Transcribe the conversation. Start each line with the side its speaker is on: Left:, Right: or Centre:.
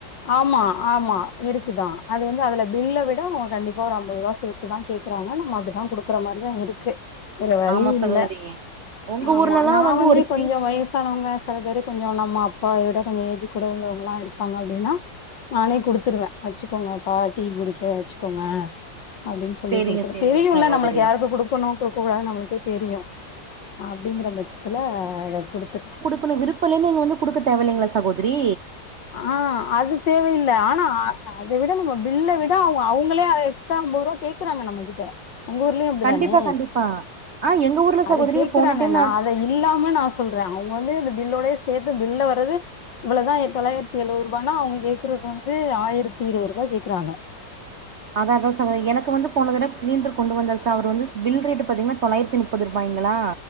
Left: ஆமா ஆமா இருக்குதா அது வந்து அதுல பில்ல விட அவுங்க கண்டிப்பா ஒரு ஐம்பத்ருவா சேத் இப்டிதா கேக்குறாங்க நம்ம அப்டிதா குடுக்குற மாரிதா இருக்கு வேற வழி
Right: ஆமா சகோதரி
Left: இல்ல
Right: உங்க
Left: ஆமா
Right: ஊர்லல்லா
Left: நா வந்து
Right: ஒரு ஸ்டீ
Left: கொஞ்ச வயஸ் சானவங்க சில பேர் கொஞ்சோ நம்ம அப்பாயோட கொஞ்ச ஏஜ் கூட உள்ளவங்கலா இருப்பாங்க அப்டின்னா நானே குடுத்துருவே வச்சுக்கோங்கப்பா டீ குடிக்க வச்சுக்கோங்க அப்டின்னு சொல்லி
Right: சேரிங்க
Left: கொடுத்தது
Right: சேரிங்க
Left: தெரியுல
Right: சகோதரி
Left: நம்மளுக்கு யாருக்கு குடுக்கணு குடுக்க கூடாது நம்ளுக்கே தெரியு அப்டிங்கிற பட்சத்துல அத குடுத்துர்
Right: இப்ப விருப்பல்ல நீங்க வந்து குடுக்க தேவல்லிங்ளா சகோதரி
Left: ஆ அது தேவயில்ல ஆனா அத விட நம்ம பில்ல விட அவங்க அவங்களே எக்ஸ்ட்ரா அம்பத்ருவா கேக்கறாங்க நம்ம கிட்ட உங்க ஊர்லயும் இப்டிதானே
Right: கண்டிப்பா கண்டிப்பா ஆ எங்க ஊர்ல
Left: அத
Right: சகோதரி
Left: கேக்குறாங்க
Right: போன டைம்
Left: நா அத இல்லாம நா சொல்ற அவங்க வந்து இந்த பில்லோடயே சேத்து பில்ல வரது இவ்ளதா தொளாயிரத்தி எழுவருபானா அவங்க கேக்கறது வந்து ஆயிரத்தி இருவருபா கேக்கறாங்க
Right: அத அதா சகோத்ரி எனக்கு வந்து போன தட சிலிண்டர் கொண்டு வந்தாரு சார் அவர் வந்து பில் ரேட்டு பாத்தீங்கன்னா தொளாயிரத்தி முப்பது ரூபாய்ங்களா